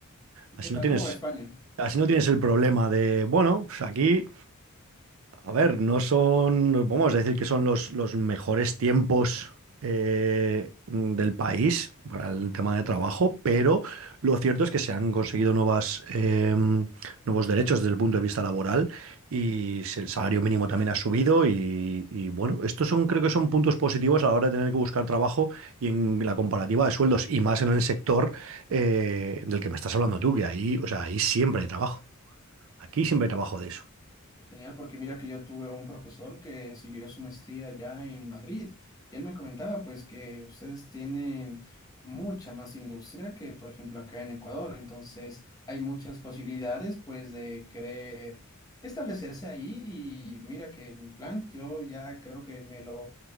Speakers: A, on the left; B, on the right.
A: ¿Y
B: Así
A: qué tal?
B: no tienes,
A: ¿Cómo va España?
B: así no tienes el problema de, bueno, pues aquí. A ver, no son, vamos a decir que son los, los mejores tiempos eh, del país para el tema de trabajo, pero lo cierto es que se han conseguido nuevas, eh, nuevos derechos desde el punto de vista laboral y se- el salario mínimo también ha subido y, y, bueno, estos son, creo que son puntos positivos a la hora de tener que buscar trabajo y en la comparativa de sueldos y más en el sector eh, del que me estás hablando tú, que ahí, o sea, ahí siempre hay trabajo. Aquí siempre hay trabajo de eso.
A: Genial, porque mira que yo tuve un profesor que siguió su maestría allá en Madrid y él me comentaba pues que ustedes tienen mucha más industria que por ejemplo acá en Ecuador, entonces hay muchas posibilidades pues de querer establecerse ahí y mira que mi plan yo ya creo que me lo